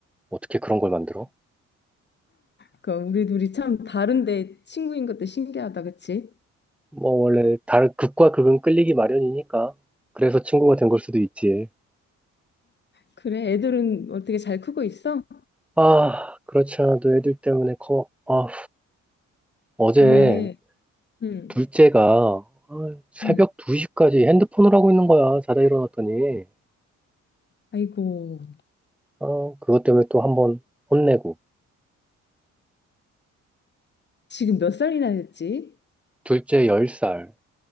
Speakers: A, in the centre; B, on the left (about 35°).
A: 어떻게 그런 걸 만들어?
B: 그러니까 우리 둘이 참 다른데 친구인 것도 신기하다, 그치?
A: 뭐 원래 다른 극과 극은 끌리기 마련이니까 그래서 친구가 된 걸 수도 있지.
B: 그래, 애들은 어떻게 잘 크고 있어?
A: 아, 그렇지 않아도 애들 때문에 커. 아, 어제
B: 왜? 음.
A: 둘째가 아, 새벽
B: 음.
A: 2시까지 핸드폰을 하고 있는 거야. 자다 일어났더니.
B: 아이고,
A: 아, 그것 때문에 또 한 번 혼내고.
B: 지금 몇 살이나 됐지?
A: 둘째 10살,